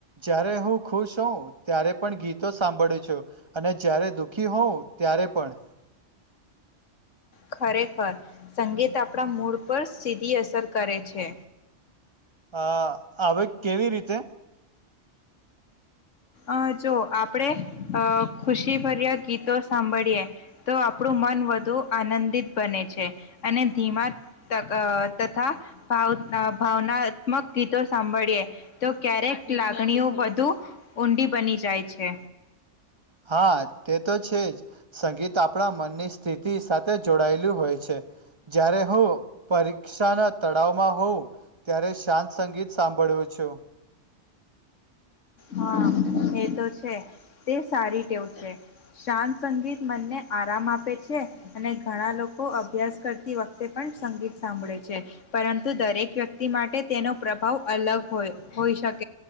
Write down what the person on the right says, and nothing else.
જ્યારે હું ખુશ હોઉં ત્યારે પણ ગીતો સાંભળું છું અને જ્યારે દુઃખી હોઉ ત્યારે પણ
હા આવે કેવી રીતે
હા તે તો છે જ સંગીત આપણા મનની સ્થિતિ સાથે તે જોડાઈ હોય છે જ્યારે હું પરીક્ષા ના તળાવમાં હોઉ ત્યારે શાંત સંગીત સાંભળું છું